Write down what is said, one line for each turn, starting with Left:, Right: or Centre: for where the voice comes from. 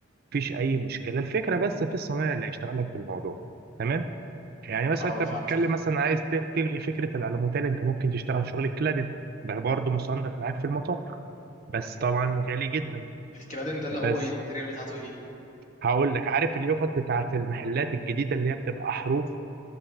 Right: مفيش اي مشكله الفكره بس في الصنايعي اللي هيشتغل لك في الموضوع تمام يعني مثلا
Left: اه
Right: انت
Left: فهمتك
Right: بتتكلم مثلا عايز ت- تلغي فكره الالوميتال انت ممكن تشتغل شغل الكلادين ده برضه مصنف معاك في المطاق بس طبعا غالي جدا
Left: الكلادين ده اللي
Right: بس
Left: هو ايه الماتيريال بتاعته ايه
Right: هقول لك عارف اليافط بتاعت المحلات الجديده اللي هي بتبقى حروف